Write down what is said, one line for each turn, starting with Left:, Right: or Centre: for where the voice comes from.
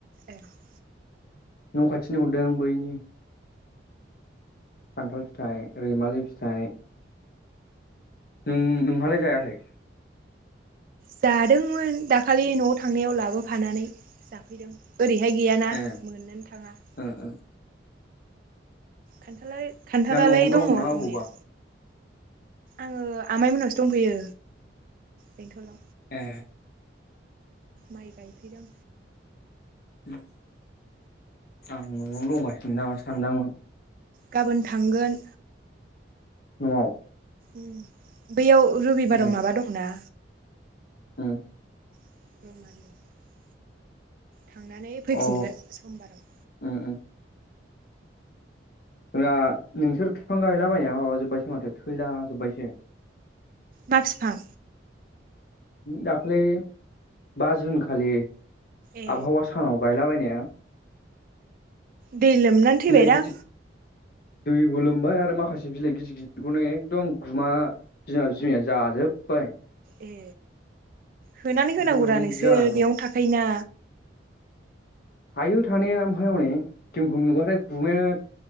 Right: ए
Left: न' खाथिनि हरदों बैनि खान्थाल फिथाइ, रैमालि फिथाइ। नों-नोंहालाय जायाखै?
Right: जादोंमोन दाखालि न'आव थांनायाव लाबोफानानै जाफैदों। ओरैहाय गैयाना
Left: ए
Right: मोननोनो थाङा।
Left: ओ ओ
Right: खान्थालालाय-खान्थालालाय
Left: दा न'आवनो
Right: दङ
Left: दं ना
Right: दंनाया।
Left: अबावबा
Right: आङो आमाइ मोनावसो दंफैयो बेंथ'लाव।
Left: ए।
Right: माइ गायफैदों।
Left: उम। आं न'आवनो दंगासिनो नामा सानदोंमोन
Right: गाबोन थांगोन
Left: न'आव।
Right: ओम बैयाव रबिबाराव
Left: उम
Right: माबा दंना
Left: उम
Right: <unintelligible> थांनानै फैफिनगोन
Left: अ
Right: समबाराव।
Left: उम उम जोंना नोंसोर बिफां गायलाबायनाया माबाजोबबायसो माथो थैला जोबबायसो।
Right: मा फिफां?
Left: दाख्लै बा जुन खालि
Right: ए
Left: आबहावा सानाव। गायलाबायनाया।
Right: दै लोमनानै थैबायदां
Left: बिलाइ गिदि दैबो लोमबाय आरो माखासे बिलाइ गिदिर गिदिरखौनो एकदम गुमा बिमा बिमाया जाजोब बाय।
Right: ए होनानै
Left: ओमफ्राय
Right: होनांगौरा
Left: बेयावनो
Right: नोंसोर
Left: बिदि जानानै
Right: बेयावनो
Left: दं
Right: थाखायोना।
Left: थायो थानाया ओमफाय हनै जोंखौ नुबाथाय गुमाया